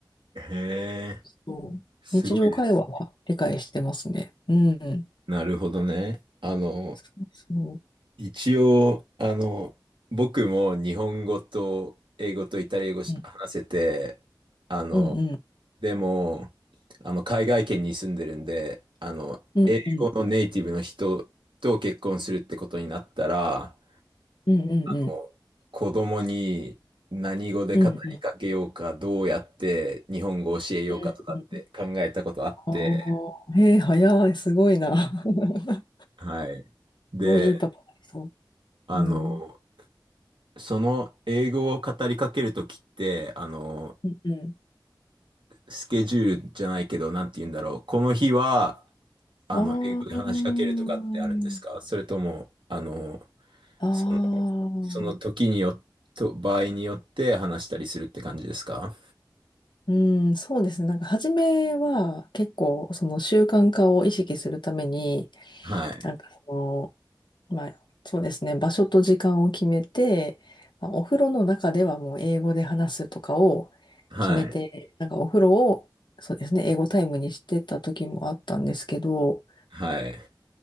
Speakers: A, on the right; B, on the left.
A: へえ、
B: そう日常会話は理解してますね。
A: すごいです。
B: うん。
A: なるほどね。あの、
B: そうそう。
A: 一応、あの、僕も日本語と英語とイタリア語し話せて、
B: うん
A: あの、
B: うんうん。
A: でも、あの、海外圏に住んでるんで、あの、
B: うんうん
A: このネイティブの人と結婚するってことになったら、
B: うんうん
A: こう子供に何語で語りかけようか、
B: うんうんうん
A: どうやって日本語を教えようかとかって考えたことあって、
B: うんうん。ああ、へえ、早い、すごいな。<laughs>
A: はい。で、
B: すごいいいパパになりそ
A: あの、
B: う。うん。
A: その英語を語りかけるときって、あの、
B: うんうん。
A: スケジュールじゃないけど、なんて言うんだろう。この日は、あの、
B: あ
A: 英語で話しかけるとかってあるんですかそれとも、
B: あ。
A: あの、
B: ああ、
A: その、その時によ、と、場合によって話したりするって感じですか
B: うん、そうですね。なんか初めは結構その習慣化を意識するために、
A: はい。
B: なんかその、まあそうですね、場所と時間を決めて、まあ、お風呂の中ではもう英語で話すとかを決めて、
A: はい。
B: なんかお風呂をそうですね、英語タイムにしてた時もあったんですけど、
A: はい。